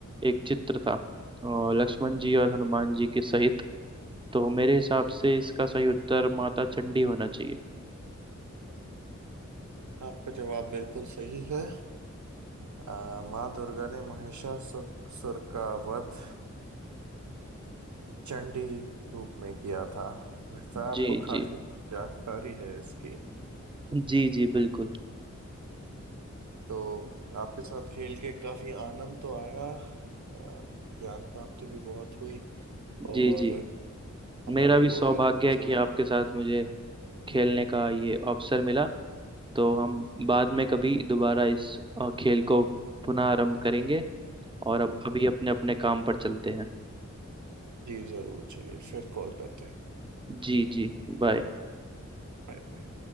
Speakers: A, on the right; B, on the right.
A: एक चित्र था और लक्ष्मण जी और हनुमान जी के सहित तो मेरे हिसाब से इसका सही उत्तर माता चंडी होना चाहिए
B: आपका जवाब बिल्कुल सही है आ, माँ दुर्गा ने महिषासुर का वध चंडी रूप में किया था लगता है आपको
A: जी
B: काफी
A: जी
B: जानकारी है इसकी
A: जी जी बिल्कुल
B: तो आपके साथ खेल के काफी आनंद तो आया आ, ज्ञान प्राप्ति भी बहुत हुई और
A: जी जी
B: हमारी
A: मेरा भी
B: बोरियत
A: सौभाग्य है
B: से
A: कि आपके साथ मुझे खेलने का ये अवसर मिला तो हम बाद में कभी दोबारा इस अ, खेल को पुनः आरंभ करेंगे और अब अभी अपने अपने काम पर चलते हैं
B: जी जरूर चलिए फिर कॉल करते हैं
A: जी जी बाय
B: Bye bye